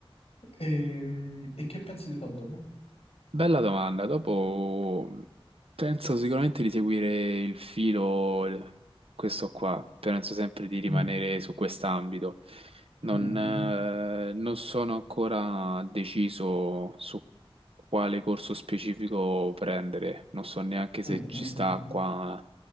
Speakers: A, on the left (about 85°); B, on the right (about 70°).
A: Ehm, E, che pensi di fare dopo?
B: Bella domanda. Dopo penso sicuramente di seguire il filo, questo qua. Penso sempre di rimanere
A: Mm,
B: su quest'ambito. Non,
A: mm, mm,
B: eh, non sono ancora deciso su quale corso specifico prendere. Non so neanche se
A: mm,
B: ci
A: mm,
B: sta
A: mm, mm.
B: qua